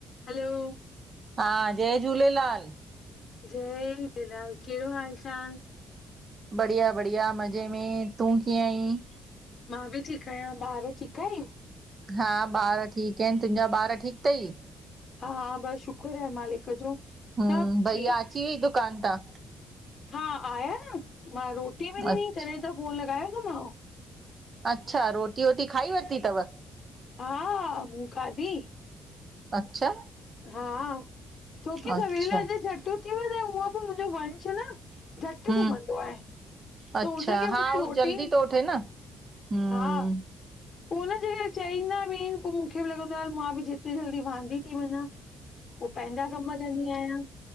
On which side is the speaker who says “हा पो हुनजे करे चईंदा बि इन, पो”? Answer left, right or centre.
Left